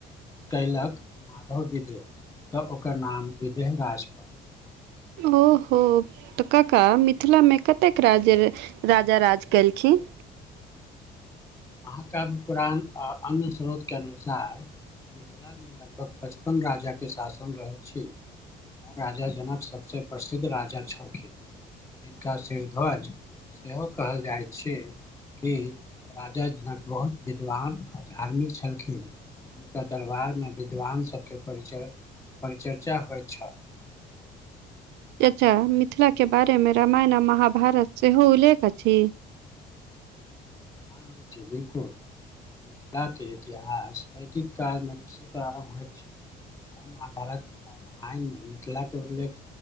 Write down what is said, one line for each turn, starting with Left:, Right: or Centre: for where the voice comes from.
Left: कयलक माधव विदेह त ओकर नाम विदेह राज प
Right: ओहो त कका मिथिलामे कतेक राज राजा राज केलखिन?
Left: महाकाव्य पुराण आ अन्य स्रोतके अनुसार मिथिलामे लगभग पचपन राजाके शासन रहल छी। आ राजा जनक सबसे प्रसिद्ध राजा छलखिन। जिनका सिरध्वज सेहो कहल जाइ छैय कि राजा जनक बहुत विद्वान आ धार्मिक छलखिन। हुनकर दरबारमे विद्वानसभके परिचय परिचर्चा होइत छल।
Right: चचा मिथिलाके बारेमे रामायण आ महाभारत सेहो उल्लेख अछि?
Left: हँ बेटी बिलकुल। मिथिलाके इतिहास वैदिक कालमे बेसी प्रारम्भ होइ छैय। आ महाभारत आ रामायणमे मिथिलाके उल्लेख